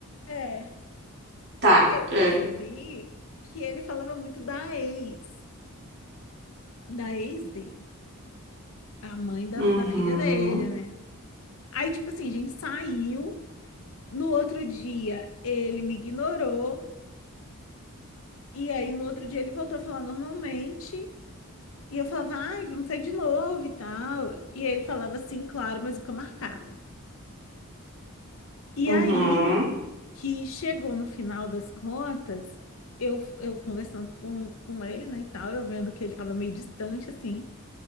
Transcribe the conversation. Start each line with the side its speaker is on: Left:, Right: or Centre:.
Left: É.
Right: Tá.
Left: só que aí eu percebi
Right: É.
Left: que ele falava muito da ex, da ex dele, a mãe da,
Right: Uhum.
Left: da filha dele, né? Aí, tipo assim, a gente saiu. No outro dia, ele me ignorou. E aí, no outro dia, ele voltou a falar normalmente. E eu falava, ai, vamos sair de novo e tal. E ele falava assim, claro, mas nunca marcava. E
Right: Uhum.
Left: aí que chegou no final das contas, eu, eu conversando com, com ele, né, e tal, eu vendo que ele estava meio distante, assim.